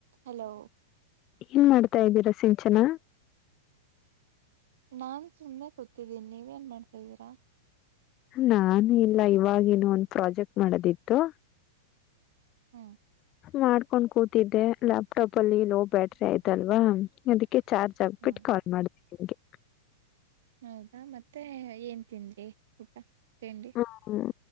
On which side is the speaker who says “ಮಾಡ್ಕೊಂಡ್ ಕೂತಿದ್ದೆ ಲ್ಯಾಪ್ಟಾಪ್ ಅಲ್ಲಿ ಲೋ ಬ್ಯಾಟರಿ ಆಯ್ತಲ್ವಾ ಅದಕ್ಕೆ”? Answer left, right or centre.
Left